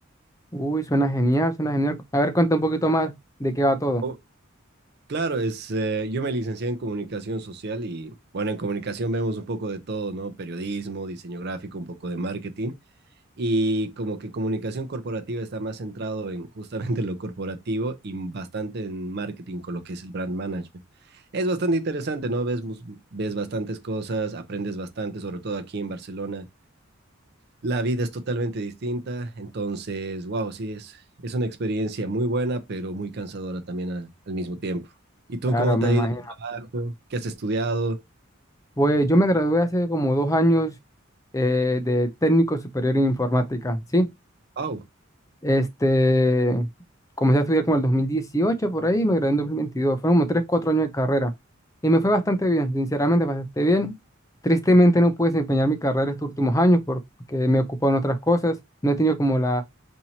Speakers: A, on the left; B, on the right.
A: Uy, suena genial, suena genial. A ver, cuenta un poquito más de qué va todo.
B: Oh, claro, es, eh, yo me licencié en comunicación social y, bueno, en comunicación vemos un poco de todo, ¿no? Periodismo, diseño gráfico, un poco de marketing. y como que comunicación corporativa está más centrado en justamente <laughs> lo corporativo y bastante en marketing con lo que es el brand management. Es bastante interesante, ¿no? Ves, ves bastantes cosas, aprendes bastante, sobre todo aquí en Barcelona. La vida es totalmente distinta, entonces, wow, sí, es, es una experiencia muy buena, pero muy cansadora también al, al mismo tiempo. ¿Y tú
A: Claro,
B: cómo
A: me
B: te ha
A: imagino.
B: ido en el trabajo? ¿Qué has estudiado?
A: Pues yo me gradué hace como dos años eh, de técnico superior en informática, ¿sí?
B: Wow.
A: Este, comencé a estudiar como el 2018 por ahí y me gradué en dos mil veintidós Fueron como 3 4 años de carrera. Y me fue bastante bien, sinceramente bastante bien. Tristemente no pude desempeñar mi carrera estos últimos años porque me he ocupado en otras cosas. No he tenido como la,